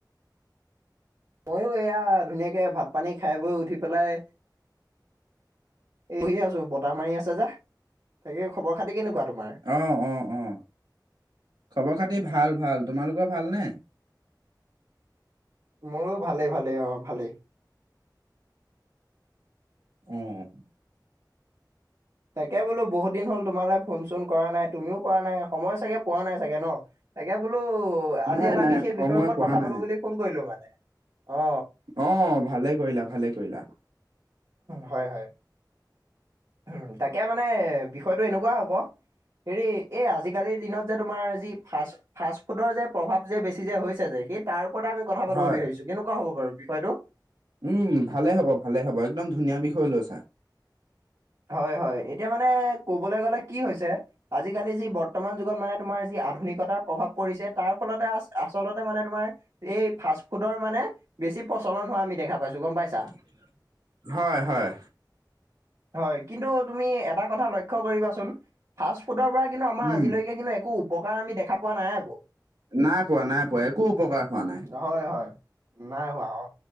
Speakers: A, on the right; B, on the right.
A: মইয়ো এয়া ধুনীয়াকে ভাত পানী খাই বৈ উঠি পেলাই এই বহি আছো বতাহ মাৰি আছে যে, তাকে খবৰ খাতি কেনেকুৱা তোমাৰ?
B: অঁ অঁ অঁ খবৰ খাতি ভাল ভাল, তোমালোকৰ ভালনে?
A: মোৰো ভালেই ভালেই অ ভালেই।
B: উম
A: তাকে বোলো বহুত দিন হল তোমাৰলে ফোন চোন কৰা নাই তুমিও কৰা নাই সময় চাগে পোৱা নাই চাগে ন? তাকে বোলো
B: নাই
A: আজি এটা
B: নাই
A: বিশেষ
B: সময়
A: বিষয়ৰ ওপৰত
B: পোৱা
A: কথা
B: নাই।
A: পাতো বুলি ফোন কৰিলো মানে অ।
B: অ ভালে কৰিলা ভালে কৰিলা।
A: হয়, হয়। উম, তাকে মানে বিষয়টো এনেকুৱা হ'ব। হেৰি এই আজিকালিৰ দিনত যে, তোমাৰ যি ফাষ্ট ফাষ্ট ফুডৰ যে প্ৰভাৱ যে বেছি যে হৈছে যে, সেই তাৰ ওপৰতে আমি কথা পাতো
B: হয়
A: বুলি ভাবছো, কেনেকুৱা হ'ব বাৰু বিষয়টো?
B: উম, ভালে হ'ব ভালে হ'ব, একদম ধুনীয়া বিষয় লৈছা।
A: হয়, হয়, এতিয়া মানে কবলৈ গ'লে কি হৈছে। আজিকালি যি বৰ্তমান যুগত মানে তোমাৰ যি আধুনিকতাৰ প্ৰভাৱ পৰিছে, তাৰ ফলতে আ-আচলতে মানে তোমাৰ এই ফাষ্ট ফুডৰ মানে বেছি প্ৰচলন হোৱা আমি দেখা পাইছো গ'ম পাইছা!
B: <unintelligible> হয়, হয়।
A: হয়, কিন্তু তুমি এটা কথা লক্ষ্য কৰিবাচোন, ফাষ্ট ফুডৰ পৰা কিন্তু আমাৰ
B: উম
A: আজিলৈকে কিন্তু একো উপকাৰ আমি দেখা পোৱা নাই আকৌ।
B: নাই পোৱা নাই পোৱা, একো উপকাৰ হোৱা নাই।
A: হয়, হয়, নাই হোৱা অ'।